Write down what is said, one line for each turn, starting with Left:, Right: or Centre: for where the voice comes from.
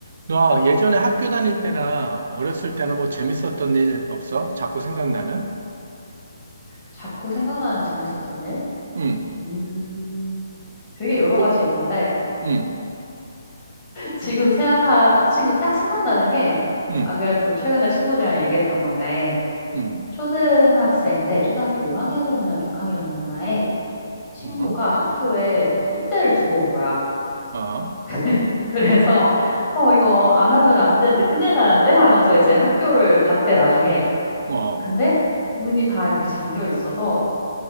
Right: 너 예전에 학교 다닐 때나 어렸을 때나 뭐 재밌었던 일 없어? 자꾸 생각나는?
Left: 자꾸 생각나는 재밌었던 일?
Right: 응,
Left: 음, 되게
Right: 뭐
Left: 여러
Right: 꼭,
Left: 가지 있는데,
Right: 응,
Left: 지금 생각하, 지금 딱 생각나는 게,
Right: 응,
Left: 안 그래도 최근에 친구들이랑 얘기했던 건데,
Right: 응,
Left: 초등학생 때, 초등학교 5학년이었나 6학년이었나에 친구가
Right: 응,
Left: 학교에 숙제를 두고 온 거야.
Right: 어,
Left: <laughs> 그래서, 어, 이거 안 하면 안 되는데 큰일 나는데? 하면서 이제 학교를 갔대, 나중에.
Right: 어,
Left: 근데 문이 다 이렇게 잠겨 있어서,